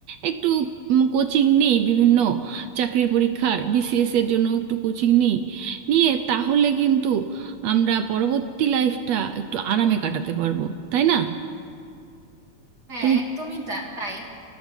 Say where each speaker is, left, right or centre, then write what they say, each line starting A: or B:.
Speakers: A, on the right (about 75°); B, on the right (about 30°).
A: একটু কোচিং নিই বিভিন্ন চাকরির পরীক্ষার বিসিএস এর জন্য একটু কোচিং নিই নিয়ে তাহলে কিন্তু আমরা পরবর্তী লাইফটা একটু আরামে কাটাতে পারবো তাই না
B: হ্যাঁ
A: তুমি
B: একদমই তা- তাই